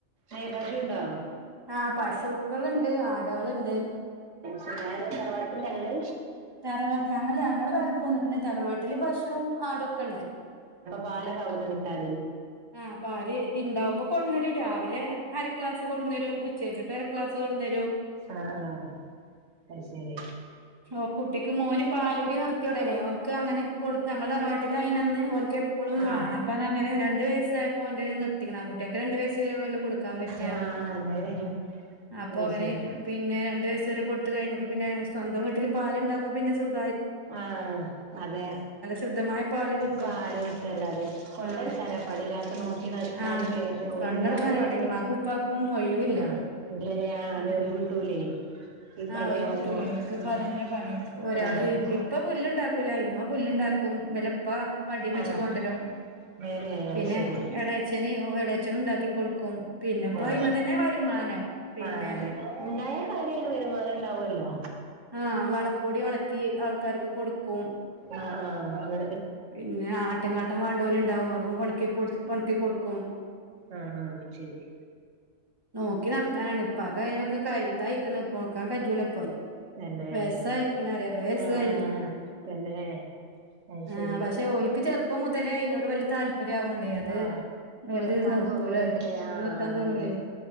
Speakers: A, on the right (about 70°); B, on the right (about 20°).
A: ഏഹ് പശുണ്ടോ
B: ആഹ് പശുക്കൾുണ്ട് ആടകളുണ്ട്
A: ശാര് തറവാത്തില്ല ഞങ്ങള്
B: തറവാട്ടിലാങ്ങല്ല ഞങ്ങള്ൾ വേറെ പോ നിക്കണ തറവാട്ടില് ഭഷവും ആടൊക്കെണ്ട്
A: പാല കർന്ന് കിട്ടാെ
B: ആഹ അപ്പൊ അവര് ഇണ്ടാവുമ്പോൊ കൊണ്ടു തരും രാവിലെ അര ക്ലാസ് കൊു തരും ഉച്ചരിഞ്ഞിട്ട് അര ക്ലാസ് കൊണ്ടു തരും
A: ആഹ ആഹ അത് ശരി
B: ഓ കുട്ടിക്ക് മോന് പാലും ടി നിർത്തിയവിടനെ അവക്ക് അങ്ങെ കൊടു ഞങ്ങളുടെ തറവാട്ടിൽ അതിനന്ന് അവനിക്ക് എപ്പോഴും
A: ആഹ്
B: വേണം അപ്പ അതങ്ങനെ രണ്ടണ്ട് വയസ്സായപ്പോ അറ നിർത്തിക്കണം ആ കുട്ടിയൊക്കെ രണ്ട് വയസ്സ് വരെ ഉള്ളല്ലോ കൊടുക്കാൻ പറ്റിയാ
A: ആഹ് അതെ
B: അപ്പൊ
A: അത്
B: അവന്
A: ശരി
B: പിന്നെ രണ്ടു വയസ വരെ കൊടുത്ത കഴിഞ്ഞപ്പോ പിന്നെ സ്വന്തം വീട്ടിൽ പാലുണ്ടാക്പോ പിന്ന സുഖ
A: ആ അതെ
B: ശുദ്ധമായ പാല് കിട്ടും
A: പാല് <unintelligible> അതെ കൊണ്ടോടുക്കാന
B: ആ
A: പണിയില്ലാത്തെ നോക്കി <unintelligible>
B: ആഹ്
A: ഓല്
B: തൊണ്ടടക്കാൻ
A: ഇണ്ടാവൂലോ
B: എവിടെ ഉമ്മാക്കും ഉപ്പാക്കും ഒഴിവില്ല
A: ആ <unintelligible> ഏ ആ
B: അതന്നെ
A: ന് ഒയ് വുട്ടൂലെയ് ഈ പണിയാവുമ്പോ
B: ആഹ് ഒഴിവ് കിട്ടൂല ഓൽക്ക് ഇപ്പ
A: ഉം
B: അതന്നെ പണി ഒരാള്
A: ആ
B: ഇപ്പ പുല്ല്ണ്ടാക്കൂല്ല ഇമ്മ പുല്ല്ണ്ടാ ക്കും ബെലപ്പ വണ്ടിമ്മെച്ച്
A: ആഹ്
B: കൊണ്ടരും
A: നേരെ അത്
B: പിന്നെ
A: ശരി
B: എളേച്ചന് ഒ വട അച്ഛനും ഉണ്ടാക്കി കൊടുക്കും പിന്നെപ്പോ
A: ആ
B: അയ്മന്നന്നെ വരുമാനം പിന്നെ
A: ആ അതെ ഇണ്ടായ കാര്യാണ് വരുമാനം ഇണ്ടാവുല്ലോ
B: ആ വളപ്പൊടി ഒണക്കി ആൾക്കാർക്ക് കൊടുക്കും
A: ആഹ് ആഹ് അങ്ങനൊക്കെ
B: പിന്നെ ആട്ടിങ്ങാട്ടം വാണ്ടോല്ണ്ടാവും അതും ഒണക്കി പ്പൊടിച് ഒണക്കി കൊടുക്കും
A: ആ ശരി
B: നോക്കി നടക്കാനാണ് ഇപ്പാക്ക് അയിനൊക്കെ കയ് തായിക്ക്ണ് നോക്കാൻ കജ്ജൂല ഇപ്പൊ
A: തന്നെ
B: വയിസ്സായിക്കണ് അറ്പത് വയസ്സ്
A: ആഹ്
B: കഴിഞ്ഞിക്കണ്
A: ആഹ് തന്നെ അത്
B: ആ
A: ശരി
B: പക്ഷെ ഓൽക്ക് ചെറുപ്പം മുതലേ അയിനോട് വല്യയ താല് പ്പരാവൊണ്ടേ അത്
A: ആഹ്
B: ന്നോൽത്
A: നിർത്താൻ
B: നിർത്തൂലാലേ
A: തോന്നൂലല്ലേ ആഹ്
B: നിർത്താൻ തോന്നൂലേ
A: അതെ